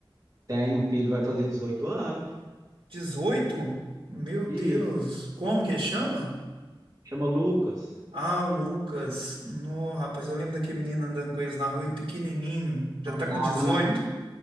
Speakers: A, on the right; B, on the right.
A: Tem um filho, vai fazer 18 anos.
B: dezoito Meu Deus,
A: E
B: como que chama?
A: chama Lucas.
B: Ah, Lucas. No, rapaz, eu lembro daquele menino andando com eles na rua e pequenininho. Já tá
A: Andava
B: com 18.
A: na.